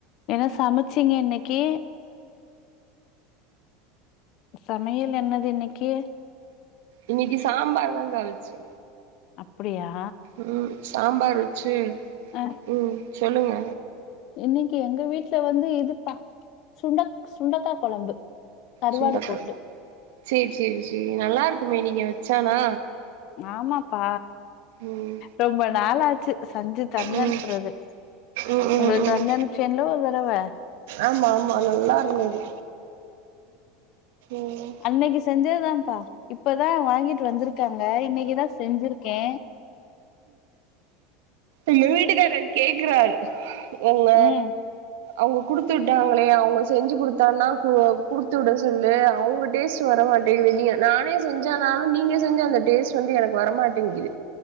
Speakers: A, on the left (about 45°); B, on the right (about 75°).
A: என்ன சமைச்சீங்க இன்னைக்கு சமையல் என்னது இன்னைக்கு
B: இன்னைக்கு சாம்பார் தான்கா வெச்சே
A: அப்பிடியா
B: உம் சாம்பார் வொச்சு
A: அ
B: உம் சொல்லுங்க
A: இன்னைக்கு எங்க வீட்டுல வந்து இதுப்பா சுண்டக் சுண்டக்கா கொழம்பு கருவாடு
B: சுண்டக்கால
A: போட்டு
B: சேரி சேரி சேரி நல்லா இருக்குமே நீங்க வச்சானா
A: ஆமாம் ப்பா
B: ம்
A: ரொம்ப நாள் ஆச்சு செஞ்சு தந்து
B: ம்
A: அனுப்புறது
B: ம் ம்
A: உங்களுக்கு தந்து
B: ம்
A: அனுப்புச்சேன்ல ஒரு தடவ
B: ஆமா ஆமா நல்லா இருந்தது ம்
A: அன்னைக்கு செஞ்சது தான்ப் ப்பா இப்பதா வாங்கிட்டு வந்திருக்காங்க இன்னைக்குதா செஞ்சிருக்கே
B: எங்க வீட்டுக்காரு கேக்குறாரு என்ன
A: ம்
B: அவுங்க குடுத்து விட்டாங்களே அவுங்க செஞ்சு குடுத்தான்னா கு குடுத்து விட சொல்லு அவுங்க டேஸ்ட் வரமாட்டேங்குது நீங்க நானே செஞ்சானாலும் நீங்க செஞ்ச அந்த டேஸ்ட் வந்து எனக்கு வரமாட்டேங்கிது